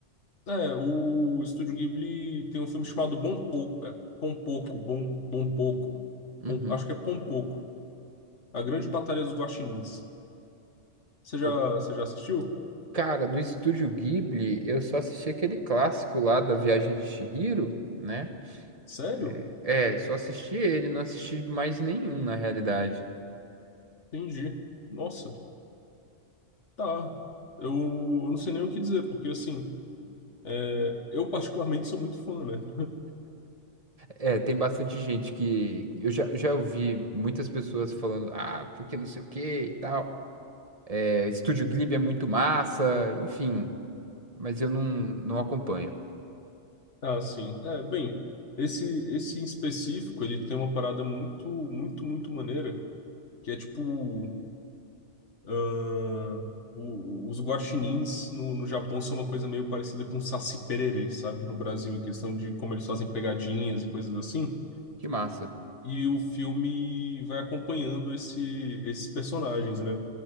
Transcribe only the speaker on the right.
Uhum.
Pô,
Cara, do Estúdio Ghibli, eu só assisti aquele clássico lá da Viagem de Chihiro, né?
É, é, só assisti ele, não assisti mais nenhum na realidade.
É, tem bastante gente que. Eu já, já ouvi muitas pessoas falando, ah, porque não sei o que e tal. É, Estúdio Ghibli é muito massa, enfim. Mas eu não, não acompanho.
Que massa.